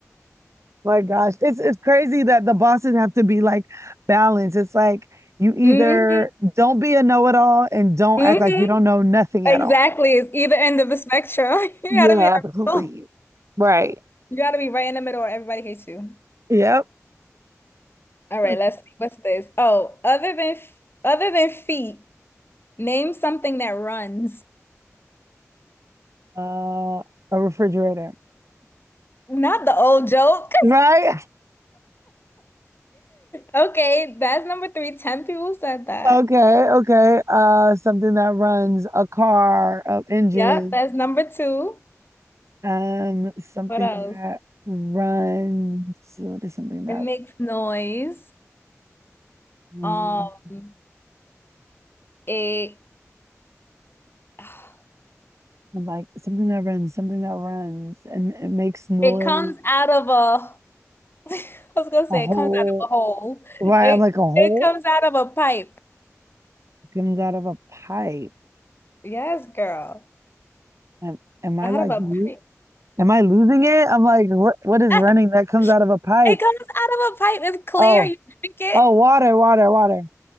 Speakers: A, on the right; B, on the left.
A: My gosh. It's it's crazy that the bosses have to be like balanced. It's like you either
B: hmm
A: don't be a know-it-all and don't
B: hmm
A: act like you don't know nothing
B: Exactly.
A: at all.
B: It's either end of the spectrum. <laughs> You
A: Yeah,
B: gotta be in the
A: absolutely.
B: middle.
A: Right.
B: You gotta be right in the middle or everybody hates you.
A: Yep.
B: All
A: Like
B: right, let's see. What's this? Oh, other than other than feet, name something that runs.
A: uh a refrigerator.
B: Not the old joke. <laughs>
A: Right?
B: Okay, that's number three. Ten people said that.
A: Okay, okay. Uh, something that runs a car, a engine.
B: Yep, that's number two.
A: Um, something
B: What else?
A: that runs. What is something that
B: It makes noise.
A: runs?
B: Um, it <sighs>
A: I'm Like something that runs, something that runs, and it makes noise.
B: It comes out of a, <laughs> I was gonna say
A: A hole.
B: it comes out of a hole.
A: Why?
B: It
A: I'm like a hole
B: it comes out of a pipe.
A: comes out of a pipe.
B: Yes, girl.
A: Am, am I
B: Out
A: like?
B: of a
A: lo-
B: pipe.
A: Am I losing it? I'm like, what? What is
B: <laughs>
A: running that comes out of a pipe?
B: It comes out of a pipe. It's clear.
A: Oh,
B: You drink it.
A: oh, water, water, water.